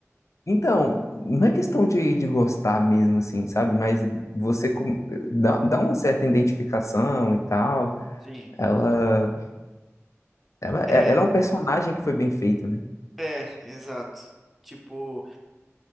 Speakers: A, on the left; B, in the centre.
A: Então, não é questão de, de gostar mesmo, assim, sabe? Mas você com- dá, dá uma certa identificação e tal.
B: Sim.
A: Ela. Ela,
B: É,
A: é- ela é um personagem que foi bem feito, né?
B: é, exato. Tipo,